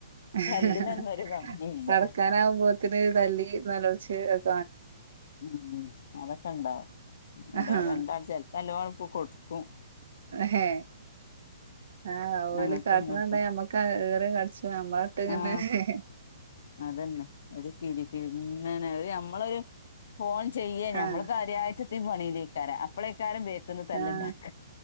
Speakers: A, on the right; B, on the left.
A: ഹ്
B: തല്ലിനൊന്നും
A: ഹ്
B: ഒരു കമ്മിയില്ല
A: ഹാ കടക്കാനാവുമ്പോത്തിന് തല്ലി നെലോളിച്ച് ഒ
B: ഉം അതൊക്കെണ്ടാവും അല്ലാതെ
A: ആഹ്
B: എന്താ ചെലപ്പല്ലോ പുകൊടുക്കും
A: ഹേ ആഹ് ഓല്
B: അങ്ങട്ടും
A: കാട്ട്ണണ്ട
B: ഇങ്ങട്ടും
A: ഞമ്മക്ക് ഈറിം കരചിക്കണ് നമ്മളെട്ട്ങ്ങനെ
B: ആഹ്
A: ഹേ
B: അതന്നെ ഒരു തിരി <unintelligible> നമ്മൾ ഒരു ഫോൺ ചെയ്യേ
A: ആഹ്
B: ഞമ്മൾ കാര്യായിറ്റിപ്പോ ഈ പണീലേക്കാരം അപ്പളേക്കാരം വര് ര്ന്ന് തല്ല്ണ്ടാക്ക
A: ആഹ്